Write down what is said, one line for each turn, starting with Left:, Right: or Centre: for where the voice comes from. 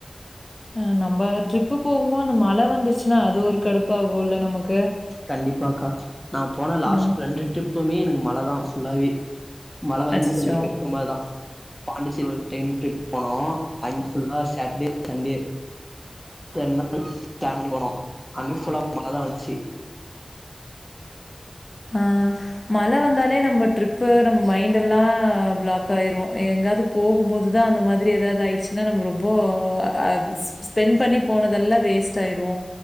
Left: அ நம்ப ட்ரிப்பு போகமோ அந்த மழ வந்துருச்சின்னா அது ஒரு கடுப்பாகுல்ல நமக்கு
Centre: கண்டிப்பாக்கா நா போன லாஸ்ட்
Left: ம்
Centre: ரெண்டு ட்ரிப்புமே எனக்கு மழதா ஃபுல்லாவே மழ வந்து
Left: அச்சச்சோ
Centre: கொஞ்சோ கெடுக்கும் அதுதா பாண்டிச்சேர் டைம் ட்ரிப் போனோ அங்க ஃபுல்லா சட்டர்டே சண்டே ரெண்டு நாள் பிளான் பண்ணி போணோ அங்கயு ஃபுல்லா மழ தா வந்துச்சி
Left: அ மழ வந்தாலே நம்ம ட்ரிப்பு நம் மைண்டெல்லா பிளாக் ஆயிர் து எங்காவது போகும்போதுதா அந்த மாதிரி ஏதாவது ஆயிடுச்சுன்னா நம்மக்கு ரொம்போ ஆ ஸ்பெண்ட் பண் ணி போனதெல்லா வேஸ்ட் ஆயிடூ